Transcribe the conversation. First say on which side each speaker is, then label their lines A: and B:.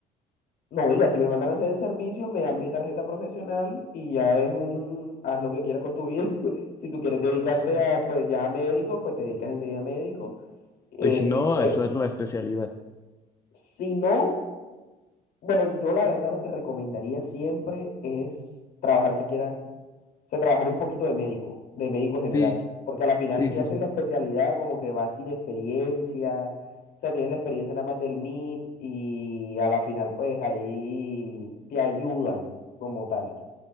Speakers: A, on the left; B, on the left.
A: No, ya si me mandan a hacer el servicio, me dan mi tarjeta profesional y ya es un, haz lo que quieras con tu vida. <laughs> Si tú quieres dedicarte
B: Ah,
A: a, pues ya a médico, pues te dedicas enseguida a médico. Eh,
B: y si no,
A: ¿qué te queda?
B: a esa es la especialidad.
A: si no, bueno, yo la verdad lo que recomendaría siempre es trabajar siquiera, o sea, trabajar un poquito de médico, de médico general.
B: Sí,
A: Porque a la final
B: sí,
A: si
B: sí,
A: haces
B: sí.
A: la especialidad, como que vas sin experiencia, o sea, tienes la experiencia nada más del MIP y a la final pues ahí te ayudan como tal.